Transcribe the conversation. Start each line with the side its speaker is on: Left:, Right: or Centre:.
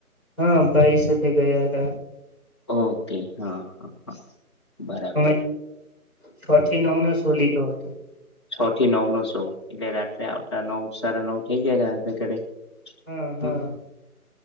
Centre: હા ભાઈ સાથે ગયા હતા.
Left: ઓકે હા હ બરાબર.
Centre: અમે છ થી નવ નો સો લીધો હતો.
Left: છ થી નવ નો સો એટલે રાત્રે આવતા નવ સારા નવ થઈ જાય ઘર
Centre: હા હા
Left: હમ